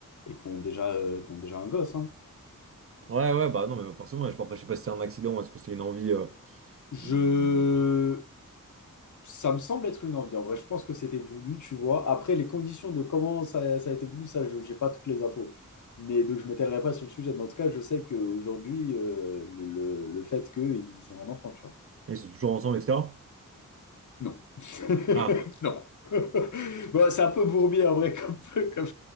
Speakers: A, on the left (about 60°); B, on the right (about 45°).
A: et qui ont déjà, euh, qui ont déjà un gosse, hein.
B: Ouais, ouais, bah non, mais forcément, je, après, je sais pas si c'était un accident ou est-ce que c'était une envie. euh,
A: Je...
B: hmm,
A: Ça me semble être une envie. En vrai, je pense que c'était voulu, tu vois. Après, les conditions de comment ça, ça a été voulu, ça, je n'ai pas toutes les infos. Mais donc, je ne m'étalerai pas sur le sujet. Mais en tout cas, je sais qu'aujourd'hui, euh, le, le le fait qu'ils ont un enfant, tu vois.
B: Ils sont toujours ensemble, etc.
A: Non. <laughs>
B: Ah,
A: Non. <laughs> Bon, c'est un peu bourbier en vrai, comme, comme-